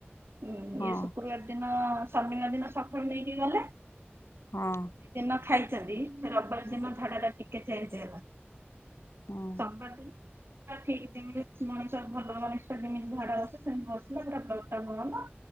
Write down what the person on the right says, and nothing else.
ହୁଁ
ଇଏ ଶୁକୁରୁବାର ଦିନ ଶନିବାର ଦିନ ସଖାଳୁ ନେଇକି ଗଲେ
ଦିନ ଖାଇଚନ୍ତି, ରବିବାର
ଦିନ ଝାଡ଼ାଟା ଟିକେ ଚେଞ୍ଜ ହେଲା।
ସୋମବାର ଦିନ ଠିକ୍ ଯେମିତି ମଣିଷ ଭଲ ମଣିଷ ଯେମିତି ଝାଡ଼ା ବସେ ସେମିତି ବସିଲା ପୁରା ବ୍ଲଡ଼ ଟା ବନ୍ଦ।